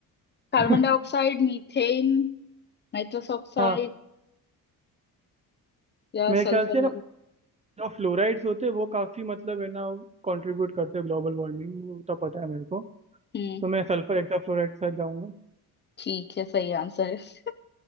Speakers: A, on the left; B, on the right.
A: Carbon
B: <laughs>
A: dioxide methane nitrous oxide
B: हाँ
A: या
B: मेरे
A: सल्फर
B: ख्याल से ना जो फ्लोराइड्स होते हैं वो काफी मतलब है ना कंट्रीब्यूट करते हैं ग्लोबल वार्मिंग वो तो पता है मेरे को
A: हम्म
B: तो मैं सल्फर हेक्साफ्लोराइड के साथ जाऊंगा
A: ठीक है सही आंसर है <laughs>